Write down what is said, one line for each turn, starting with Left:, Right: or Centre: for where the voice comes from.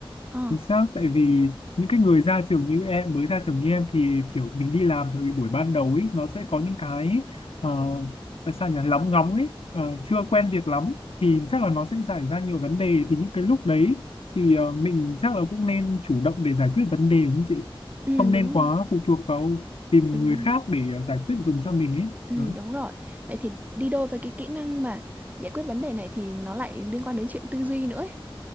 Right: Ờ,
Left: Chính xác, tại vì những cái người ra trường như em, mới ra trường như em thì kiểu mình đi làm từ buổi ban đầu ấy, nó sẽ có những cái ờ, là sao nhỉ, lóng ngóng ấy, ờ, chưa quen việc lắm thì chắc là nó sẽ xảy ra nhiều vấn đề thì những cái lúc đấy thì ờ, mình chắc là cũng nên chủ động để giải quyết vấn đề đúng không chị?
Right: ừ,
Left: Không
Right: đúng
Left: nên quá phụ thuộc vào tìm
Right: đúng
Left: người khác để ờ, giải quyết dùng cho mình ấy.
Right: Ừ,
Left: Đó.
Right: đúng rồi. Vậy thì đi đôi với cái kỹ năng mà giải quyết vấn đề này thì nó lại liên quan đến chuyện tư duy nữa ấy.